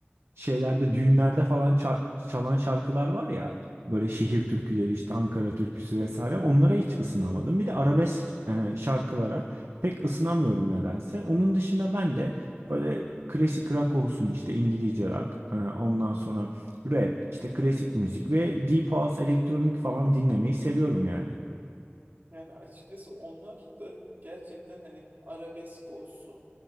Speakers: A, on the right; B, on the right.
A: şeylerde düğünlerde falan çar- çalan şarkılar var ya böyle şehir türküleri işte Ankara türküsü vesaire onlara hiç ısınamadım. Bir de arabesk e, şarkılara pek ısınamıyorum nedense. Onun dışında ben de böyle klasik rock olsun işte İngilizce rock e, ondan sonra rap işte klasik müzik ve deep house elektronik falan dinlemeyi seviyorum yani.
B: Yani açıkçası onlar da gerçekten hani arabesk olsun,